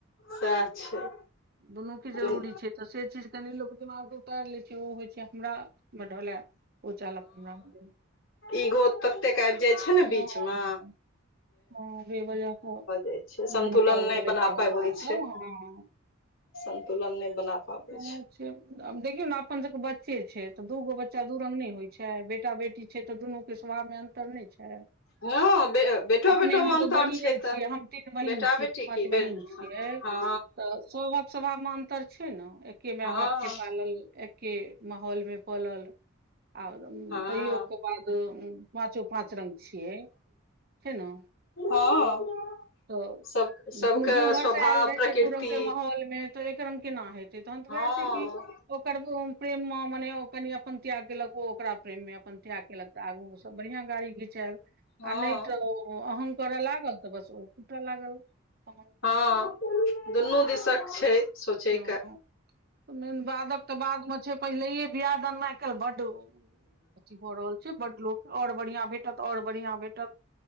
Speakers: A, on the left; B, on the right.
A: सएह छै
B: दुनू के
A: दुन
B: जरूरी छै तऽ से चीज कनि लोक दिमाग से उतारि लै छै ओ होइ छै हमरामे ढलै ओ चाहलक हमरामे ढलै
A: इगो ततेक आबि जाय छै ने
B: हँ
A: बीच मे
B: हँ हँ जे वजहसँ
A: जाइ छै संन्तुलन
B: मन मुटाव
A: नहि
B: करैत
A: बना
B: रहल
A: पाबै
B: लोक सँ
A: छै
B: हँ
A: संन्तुलन नहि बना पाबै
B: इहे छै आब देखियौ नऽ अपन सबके बच्चे छै तऽ दूगो बच बच्चा दु रंग नहि होइ छै बेटा बेटी छै तऽ दुनूके स्वभावमे अन्तर नहि छै
A: हँ बेटो
B: अपने
A: बेटो
B: हम
A: मे अन्तर
B: तऽ बहिने
A: छै तऽ
B: छियै हम तीन बहिन
A: बेटा
B: छियै
A: बेटी
B: कि पाँच
A: की
B: बहिन
A: बे
B: छियै
A: हँ
B: तऽ सभक स्वभावमे अंतर छै ने एके मे
A: हँ
B: बाप के पालल एके माहौल मे पलल आ
A: हँ
B: तैयो ओकर बादो पाँचो पाँच रंग छियै छै ने
A: हँ
B: तऽ
A: सब सबके
B: दुनू दू
A: स्वभाव
B: घर से आयल रहे
A: प्रकृति
B: छै दू रंग के माहौल हौल मे तऽ एके रंग केना हेतै तहन तऽ
A: हँ
B: वएह छै कि ओकर प्रेम मे मने ओ कनि अपन त्याग देलक ओ ओकरा प्रेम मे अपन त्याग केलक तऽ आगू घुसकल तब बढ़ियां गाड़ी घिचायल
A: हँ
B: आ नहि तऽ ओ अहं करऽ लागल तऽ बस ओ टुटऽ लागल समान
A: हँ दुनू दिसक छै सोचैके
B: ओ मेन बादक तऽ बादमे छै पहिलैये बियाह दान मे आइ काल्हि बड्ड अथी भऽ रहल छै बड्ड लोक आओर बढ़ियां भेटत आओर बढ़ियां भेटत